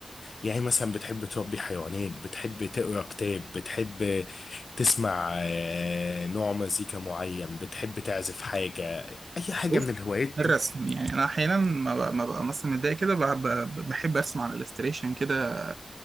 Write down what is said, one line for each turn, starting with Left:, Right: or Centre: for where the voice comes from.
Left: يعني مثلا بتحب تربي حيوانات بتحب تقرا كتاب بتحب تسمع آه، نوع مزيكا معين بتحب تعزف حاجة اي حاجة
Right: بص،
Left: من الهوايات
Right: الرسم
Left: دي
Right: يعني انا احيانا ما ب- ما ببقى مثلا متضايق كده ب- ب- بحب ارسم على الالستريشن كده